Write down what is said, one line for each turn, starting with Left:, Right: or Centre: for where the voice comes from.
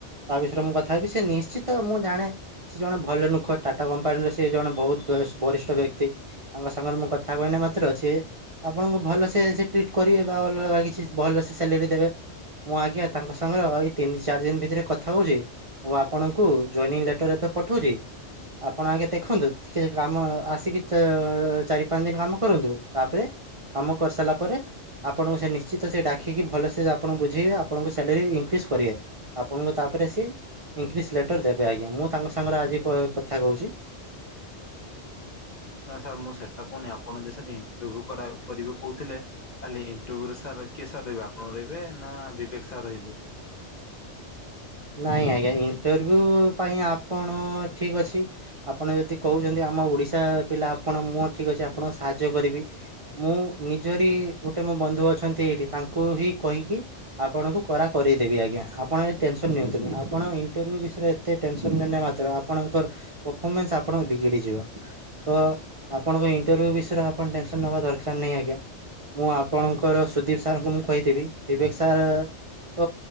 Right: ତା ବିଷୟରେ ମୁଁ କଥା ହେବି, ସେ ନିଶ୍ଚିତ ମୁଁ ଜାଣେ ସିଏ ଜଣେ ଭଲ ନୁଖ ଟାଟା କମ୍ପାନୀର ସିଏ ଜଣେ ବହୁତ ଭ ବରିଷ୍ଠ ବ୍ୟକ୍ତି ତାଙ୍କ ସାଙ୍ଗରେ ମୁଁ କଥା ହେବା ମାତ୍ରେ ଅଛି ଆପଣଙ୍କୁ ଭଲସେ ସେ ଟ୍ରିଟ୍ କରିବେ ବା ଅଲଗା କିଛି ଭଲସେ ସାଲେରୀ ଦେବେ। ମୁଁ ଆଜ୍ଞା ତାଙ୍କ ସାଙ୍ଗରେ ଏଇ ତିନି ଚାରି ଦିନ ଭିତରେ କ କଥା ହଉଛି ଓ ଆପଣଙ୍କୁ ଜଏନିଂ ଲେଟର ଏବେ ପଠଉଛି। ଆପଣ ଆଜ୍ଞା ଦେଖନ୍ତୁ ଟିକେ କାମ ଆସିକି ଚା ଚାରି ପାଞ୍ଚ ଦିନ କାମ କରନ୍ତୁ ତାପରେ କାମ କରିସାରିଲା ପରେ, ଆପଣଙ୍କୁ ସେ ନିଶ୍ଚିତ ସେ ଡାକିକି ଭଲସ ଆପଣ ବୁଝେଇବେ। ଆପଣଙ୍କ ସାଲାରୀ ଇନକ୍ରିଜ କରିବେ ଆପଣଙ୍କ ତା ରେ ସିଏ ଇଂଲିଶ ଲେଟର ଦେବେ ଆଜ୍ଞା। ମୁଁ ତାଙ୍କ ସାଙ୍ଗରେ ଆଜି କ କଥା କହୁଛି।
Left: ସାର୍ ମୁଁ ସେଇଟା କହୁନି, ଆପଣ ଯେ ସାର୍ ଇଣ୍ଟରଭ୍ୟୁ କରିବେ କହୁଥିଲେ। କାଲି ଇଣ୍ଟରଭ୍ୟୁରେ ସାର୍ କିଏ ସାର୍ ରହିବେ? ଆପଣ ରହିବେ ନା ବିବେକ ସାର୍ ରହିବେ?
Right: ନାଇଁ ଆଜ୍ଞା ଇଣ୍ଟରଭ୍ୟୁ ପାଇଁ ଆପଣ ଠିକ୍ ଅଛି। ଆପଣ ଯଦି କହୁଛନ୍ତି ଆମ ଓଡ଼ିଆ ପିଲା ମୁଁ ଆପଣ ଆପଣଙ୍କୁ ସାହାଯ୍ୟ କରିବି ମୁଁ ନିଜରି ଗୋଟେ ବନ୍ଧୁ ଅଛନ୍ତି ଏଇଠି ତାଙ୍କୁ ହିଁ କହିକି ଆପଣଙ୍କୁ କରା କରେଇଦେବି ଆଜ୍ଞା। ଆପଣ ଏ ଟେନସନ୍ ନିଅନ୍ତୁନି ଇଣ୍ଟରଭ୍ୟୁ ବିଷୟରେ ଏତେ ଟେନସନ ନିଅନି ମାତ୍ର ଆପଣଙ୍କ ପରଫର୍ମାନ୍ସ ଆପଣଙ୍କ ବିଗିଡ଼ି ତ ଆପଣଙ୍କ ଇଣ୍ଟରଭ୍ୟୁ ବିଷୟରେ ଆପଣ ଟେନସନ ନବା ଦରକାର ନାହିଁ ଆଜ୍ଞା। ମୁଁ ଆପଣଙ୍କର ସୁଦୀପ ସାର୍ ଙ୍କୁ ମୁଁ କହିଦେବି, ବିବେକ ସାର୍ ତ